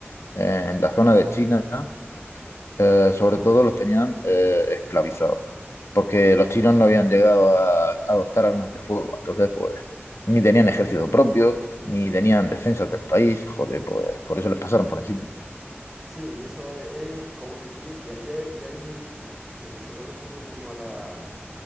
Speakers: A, on the left; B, in the centre.
A: eh, en la zona de China, eh, sobre todo los tenían eh, esclavizados, porque los chinos no habían llegado a adoptar armas de fuego, entonces pues ni tenían ejército propio, ni tenían defensas del país, joder, pues por eso les pasaron por encima.
B: Sí, y eso e, es, como, eh, y, y- y ahí y ahí, eh, se vuelve un poco como a la,